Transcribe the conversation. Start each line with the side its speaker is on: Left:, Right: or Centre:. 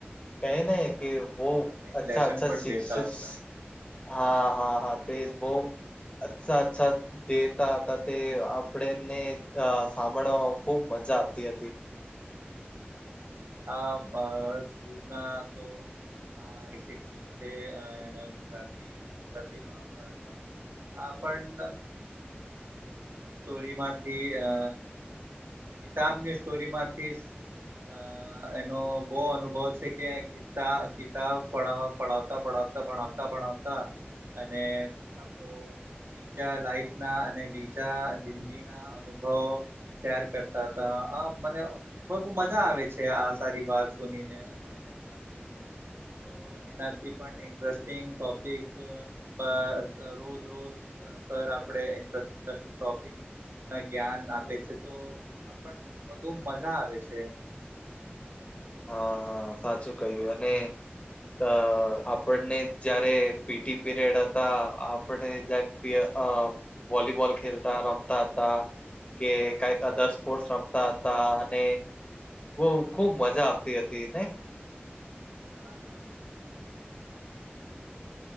Left: કહે ને કે વ
Right: લાઈફ
Left: અચ્છા
Right: લેસન
Left: અચ્છા
Right: પણ
Left: શિક-
Right: દેતા હતા
Left: - હા હા હા તેજ બહુ અચ્છા અચ્છા- - દેતા હતા તે આપડેને અ સાંભળવા ખુબ મજા આવતી હતી.
Right: આ મા મારા સ્કૂલમાં તો. હ એક શિક્ષક છે એને ગુજરાતી ગુજરાતી ભણાવતા હતા. આપ ન. સ્ટોરીમાંથી અ કિતાબની સ્ટોરીમાંથી અ એનો બહુ અનુભવ છે કે. કિતા કિતાબ પડાવ પડાવતા પડાવતા ભણાવતા ભણાવતા અને. આપણો બીજા લાઈફ ના અને બીજા જિંદગી ના અનુભવ શેર કરતા હતા આ મને બઉ મજા આવે છે. તે આ સારી વાત સુની ને અને સાંભળીને તો. તો એનાથી પણ ઇન્ટરેસ્ટિંગ ટોપિક પ અ રોજ રોજ સર આપડે ઇન્ટરેસ્ટિંગ ઇસ્ટિંગ ટોપિક ના જ્ઞાન આપે છે તો આપણ બધુ મજા આવે છે.
Left: હા હા સાચું કહ્યું અને અ આપણને જયારે પીટી પીરિયડ હતા આપણે અ વોલીબોલ ખેલતા રમતા હતા. કે કઈક અધર સ્પોર્ટસ રમતા હતા અને બઉ ખુબ મજા. તી હતી ને.
Right: હા હા <inaudible> તોીધું સ્ટ